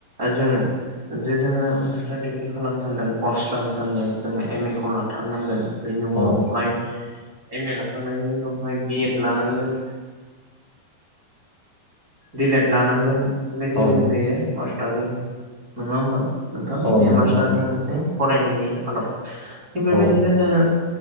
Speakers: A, on the right; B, on the left.
A: जोङो जे जोङो मास्टार डिग्रि खालामनो सान्दों कर्स लानो सान्दों जोङो एम ए खौ लाथारनांगोन बेनि
B: औ
A: उनावहाय एम ए लाखांनायनि उनावहाय बिएड लानांगोन दिलेट लानांगोन बेबायदिनो
B: औ
A: बेयो मास्टारनि नङा होमबा नोंथां
B: औ
A: बे
B: नंगौ
A: मास्टारनि
B: नोंथां
A: मोनसे फरायनायनि आदब थिग बेबायदिनो
B: औ
A: जोङो